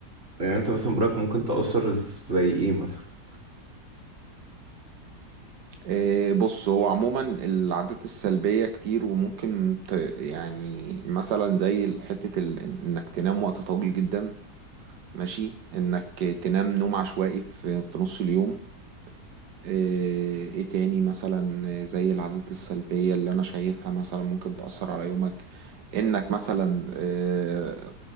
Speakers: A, on the right; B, on the right.
A: يعني انت مثلا برأيك ممكن تأثر زي ايه مثلا؟
B: آه، بص هو عموما العادات السلبية كتير وممكن ت... يعني مثلا زي حتة ال... انك تنام وقت طويل جدا ماشي انك تنام نوم عشوائي في في نص اليوم ايه إيه تاني مثلا زي العادات السلبية اللي انا شايفها مثلا ممكن تأثر على يومك انك مثلا إيه